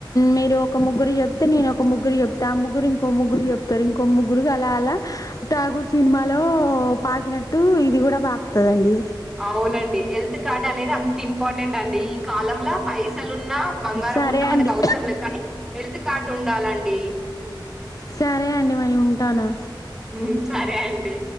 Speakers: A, on the left; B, in the centre.
A: మీరు ఒక ముగ్గురు చెప్తే నేను ఒక ముగ్గురు చెప్తే ఆ ముగ్గురు ఇంకో ముగ్గురు చెప్ తారు ఇంకో ముగ్గురు అలా అలా ఠాగూర్ సినిమాలో పాకినట్టు ఇది కూడా పా కుదండిది
B: అవునండి హెల్త్ కార్డ్ అనేది అం తా ఇంపార్టెంట్ అండి ఈ కాలంలో పైసలు ఉన్నా బంగారం
A: సరే
B: ఉన్నా
A: అండి
B: మనకు అవసరం లేదు కానీ హెల్త్ కార్డ్ ఉండాలండి
A: సరే అండి మరి ఉంటాను
B: హ్మ్ సరే అండి